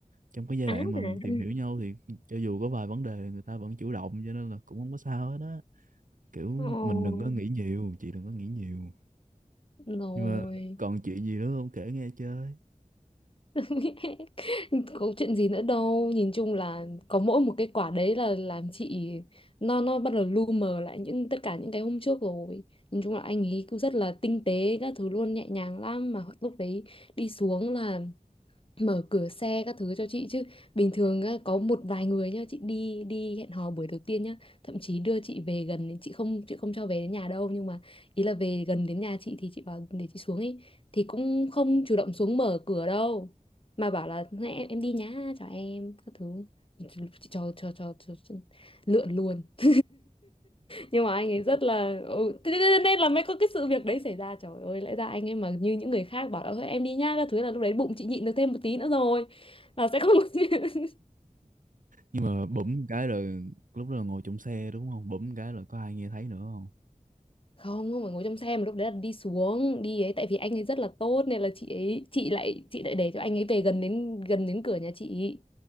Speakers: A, on the right (about 70°); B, on the left (about 40°).
A: trong cái giai đoạn
B: Á à <laughs>
A: mà tìm hiểu nhau thì cho dù có vài vấn đề người ta vẫn chủ động cho nên là cũng không có sao hết á kiểu
B: ờ
A: mình đừng có nghĩ nhiều chị đừng có nghĩ nhiều
B: rồi
A: nhưng mà còn chuyện gì nữa không kể nghe chơi
B: <laughs> có chuyện gì nữa đâu nhìn chung là có mỗi một cái quả đấy là làm chị nó nó bắt đầu lu mờ lại những tất cả những cái hôm trước rồi nhìn chung là anh ấy cứ rất là tinh tế các thứ luôn nhẹ nhàng lắm mà lúc đấy đi xuống là mở cửa xe các thứ cho chị chứ bình thường á, có một vài người nhá chị đi đi hẹn hò buổi đầu tiên nhá thậm chí đưa chị về gần đến- chị không chị không cho về đến nhà đâu nhưng mà ý là về gần đến nhà chị thì chị bảo để chị xuống ấy thì cũng không chủ động xuống mở cửa đâu mà bảo là "Này, em em đi nhá chào em các thứ chị cho cho cho, cho, cho lượn luôn <laughs> nhưng mà anh ấy rất là ừ. thế thế- thế nên là mới có cái sự việc đấy xảy ra trời ơi lẽ ra anh ấy mà như những người khác bảo là thôi em đi nhá các thứ là lúc đấy bụng chị nhịn được thêm một tí nữa rồi là sẽ không <laughs>
A: nhưng mà bấm cái là lúc đó là ngồi trong xe đúng không bấm cái là có ai nghe thấy nữa không
B: không không phải ngồi trong xe mà lúc đấy là đi xuống đi ấy tại vì anh ấy rất là tốt nên là chị ấy chị lại chị lại để cho anh ấy về gần đến gần đến cửa nhà chị